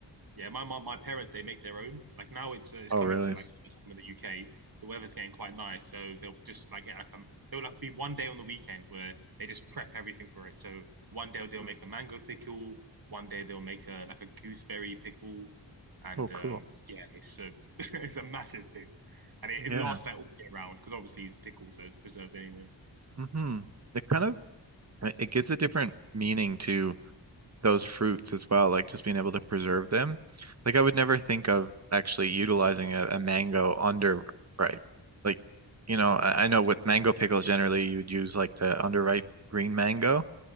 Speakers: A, on the right (about 55°); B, on the right (about 35°).
A: Yeah, my my, my parents they make their own. Like now it's uh, it's
B: Oh,
A: coming
B: really?
A: to like summertime in the UK. The weather's getting quite nice, so they'll just like get like um there'll like be one day on the weekend where they just prep everything for it. So one day they'll
B: Mm.
A: make a mango pickle, one day they'll make a like a gooseberry pickle, and
B: Oh, cool.
A: um yeah, it's a <laughs> it's a massive thing, and it,
B: Yeah.
A: it lasts like all year round because obviously it's pickle, so it's preserved anyway.
B: Mm-hmm. It kind of it it gives a different meaning to those fruits as well, like just being able to preserve them. Like I would never think of actually utilizing a, a mango under ripe. Like, you know, I, I know with mango pickles generally you would use like the underripe green mango,